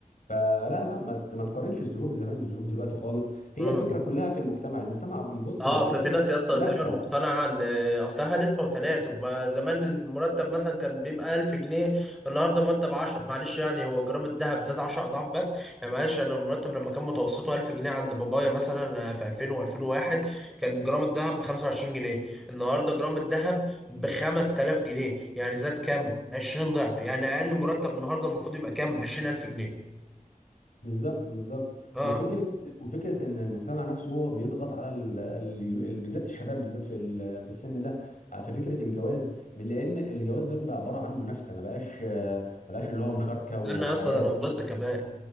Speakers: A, on the left (about 65°); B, in the centre.
A: فلا لا ما ت- ما تقارنش الظروف زمان بالظروف دلوقتي خالص
B: مم.
A: هي الفكره كلها في المجتمع المجتمع بيبص
B: اه
A: للفكره
B: اصل في ناس يا اسطى
A: منافسه
B: دايما مقتنعه ان اصلها نسبه وتناسب ما زمان المرتب مثلا كان بيبقى 1000 جنيه النهارده مرتب 10 معلش يعني هو جرام الذهب زاد 10 اضعاف بس يعني معلش انا المرتب لما كان متوسطه 1000 جنيه عند بابايا مثلا في 2000 و2001 كان جرام الذهب ب 25 جنيه النهارده جرام الذهب ب 5000 جنيه يعني زاد كام 20 ضعف يعني اقل مرتب النهارده المفروض يبقى كام 20000 جنيه
A: بالظبط بالظبط
B: اه
A: وفكره وفكره ان المجتمع نفسه هو بيضغط على ال... ال... ال- بالذات الشباب بالذات في ال... في السن ده آه، في فكره الجواز لان الجواز دلوقتي بقى عباره عن منافسه ما بقاش ما بقاش اللي هو مشاركه
B: استنى
A: وحياه
B: يا اسطى ده انا
A: وكده
B: غلطت كمان